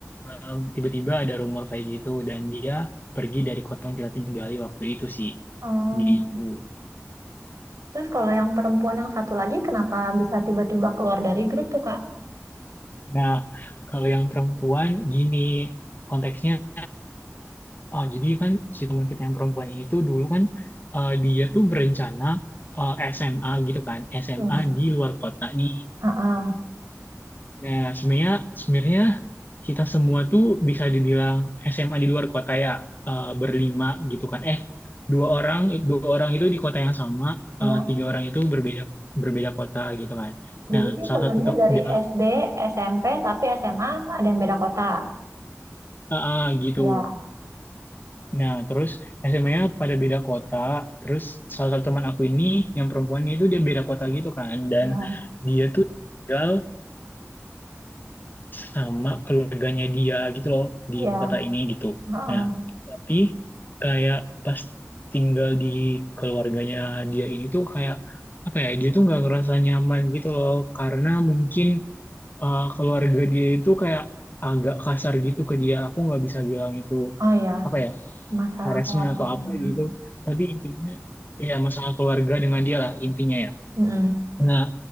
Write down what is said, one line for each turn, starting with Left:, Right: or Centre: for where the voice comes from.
Left: um, tiba-tiba ada rumor kayak gitu dan dia pergi dari kota yang kita tinggali waktu itu sih
Right: Hmm,
Left: gitu.
Right: Terus kalau yang perempuan yang satu lagi kenapa bisa tiba-tiba keluar dari grup tuh Kak?
Left: Nah, kalau yang perempuan gini konteksnya, oh jadi kan si teman kita yang perempuan ini tuh dulu kan eh, dia tuh berencana eh, SMA gitu kan, SMA
Right: Hmm.
Left: di luar kota nih.
Right: Ah, ah,
Left: Nah, sebenarnya sebenarnya kita semua tuh bisa dibilang SMA di luar kota ya eh, berlima gitu kan. Eh, dua orang dua orang itu di kota yang sama,
Right: Ya.
Left: eh, tiga orang itu berbeda berbeda kota gitu kan.
Right: Jadi
Left: Nah,
Right: ini
Left: salah
Right: temennya
Left: satu tuh
Right: dari
Left: dia-
Right: SD, SMP, tapi SMA ada yang beda kota.
Left: ah, ah, gitu.
Right: Ya,
Left: Nah, terus SMA-nya pada beda kota. Terus salah satu teman aku ini yang perempuannya itu dia beda kota gitu kan. Dan
Right: ya,
Left: dia tuh tinggal sama keluarganya dia gitu loh di
Right: ya.
Left: kota ini gitu.
Right: Ah, ah.
Left: Nah, tapi kayak pas tinggal di keluarganya dia ini tuh kayak apa ya? Dia tuh nggak ngerasa nyaman gitu loh karena mungkin eh, keluarga dia itu kayak agak kasar gitu ke dia. Aku nggak bisa bilang itu
Right: Oh ya
Left: apa ya?
Right: masalah
Left: harassment
Right: keluarganya.
Left: atau apa gitu tapi intinya ya masalah keluarga dengan dia lah intinya ya
Right: Mm-mm.
Left: nah